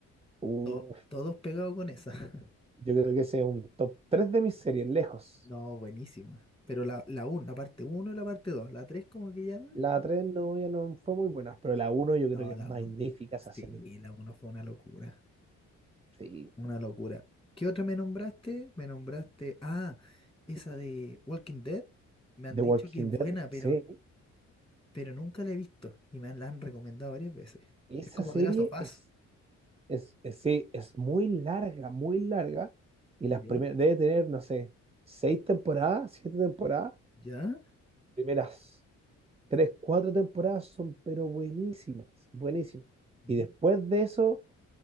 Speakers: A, on the right; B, on the left.
A: Uf,
B: To- todos pegados con esa.
A: yo creo que ese es un top 3 de mis series, lejos.
B: No, buenísima. Pero la, la 1, la parte uno y la parte dos la 3 como que llaman.
A: La 3 no, ya no fue muy buena, pero la uno yo creo
B: No,
A: que es
B: la
A: magnífica
B: 1.
A: esa serie.
B: Sí, la 1 fue una locura,
A: Sí.
B: una locura. ¿Qué otra me nombraste? Me nombraste, ah, esa de Walking Dead. Me han
A: The
B: dicho
A: Walking
B: que es
A: Dead,
B: buena, pero,
A: sí.
B: pero nunca la he visto y me han- la han recomendado varias veces.
A: Esa
B: Es como
A: serie
B: The Last of Us.
A: es, es, es- sí, es muy larga, muy larga. Y
B: ¿Ya?
A: las primeras, debe tener, no sé, seis temporadas, siete temporadas.
B: ¿Ya?
A: Primeras Tres, cuatro temporadas son, pero buenísimas, buenísimas.
B: Mm.
A: Y después de eso,